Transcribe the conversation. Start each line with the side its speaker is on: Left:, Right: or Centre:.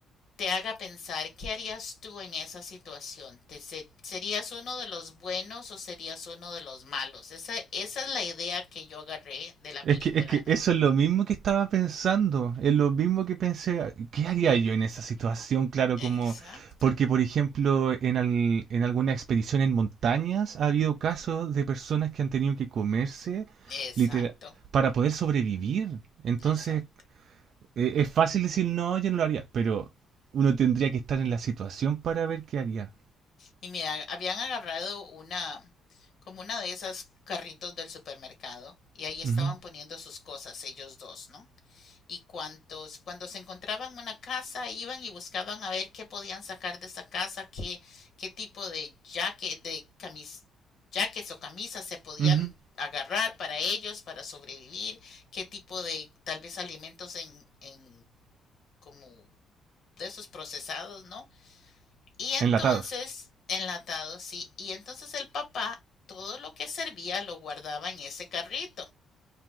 Left: te haga pensar qué harías tú en esa situación. ¿Te se- ¿Serías uno de los buenos o serías uno de los malos? Esa, esa es la idea que yo agarré de la
Right: Es
Left: película,
Right: que, es que
Left: ¿no?
Right: eso es lo mismo que estaba pensando, es lo mismo que pensé, ¿qué haría yo en esa situación? Claro, como,
Left: Exacto,
Right: porque por ejemplo, en, al- en alguna expedición en montañas ha habido casos de personas que han tenido que comerse
Left: exacto,
Right: literal para poder sobrevivir.
Left: ujú,
Right: Entonces,
Left: exacto.
Right: e- es fácil decir, no, yo no lo haría, pero uno tendría que estar en la situación para ver qué haría.
Left: Y mira, habían agarrado una, como una de esas carritos del supermercado y ahí estaban
Right: Ujú,
Left: poniendo sus cosas, ellos dos, ¿no? y cuantos, cuando se encontraban una casa, iban y buscaban a ver qué podían sacar de esa casa, qué, qué tipo de jaque, de camis, jaques o camisas se podían
Right: ujú.
Left: agarrar para ellos, para sobrevivir, qué tipo de tal vez alimentos en, en como de esos procesados, ¿no? Y entonces,
Right: Enlatados.
Left: enlatados, sí, y entonces el papá todo lo que servía lo guardaba en ese carrito